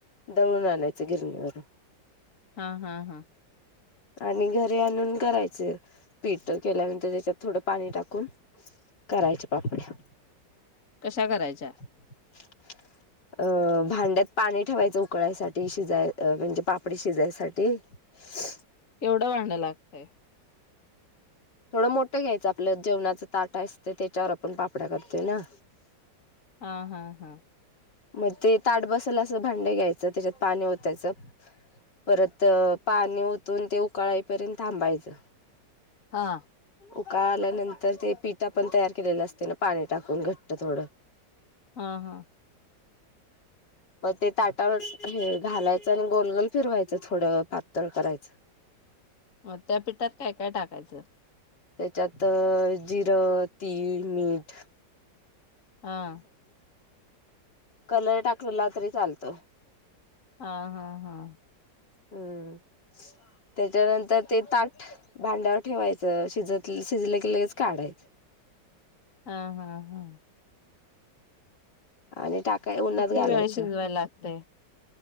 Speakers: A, on the left (about 70°); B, on the left (about 45°).
A: दळूंन आणायचं गिरणीवरं
B: हां हां हां
A: आणि घरी आणूंन करायचे पीठ केल्यानंतर त्यांच्यात थोडं पाणी टाकूंन करायचे पापड्यां
B: कश्या करायच्यां
A: <unintelligible> अं भांड्यात पाणी ठेवायचं उकळांयसाठी शिजांय म्हणजे पापडी शिजांयसाठी हं
B: केवढं वाढणं लागतंय
A: थोडं मोठं घ्यायचं आपलं जेवणां चं तांट असतं त्यांच्यावर आपणं पापड्या करतोय नां
B: हां हां हां
A: मंग ते तांट बसेल असं भांडे घ्यायचं त्यांच्यात पाणी ओतायचं परंत पाणी ओतूंन ते उकळां ये पर्यंत थांबायचं
B: हां
A: उकाळां आल्यानंतर ते पिठां आपणं तयार केलेला असते नां पाणी टाकूंन घंट्ट थोडं
B: हां हां
A: मंग ते तांटावरं घालायचं आणि गोलगोल फिरवायचं थोडं पातळं हम्मं
B: मंग त्यां पिठांत कायं कायं टाकायचं
A: त्यांच्यांत जिरं तीळ मीठ
B: हां
A: कलंर टाकलेला तरी चालतो
B: हां हां हां
A: हम्मं त्यांच्यानंतर ते तांट भांड्यांवर ठेवायचं शिजतं शिजलं की लगेचं काढायचं
B: हां हां हां
A: आणि टाकाय उन्हात
B: किती
A: घालायचं
B: वेळ शिजवाय लागते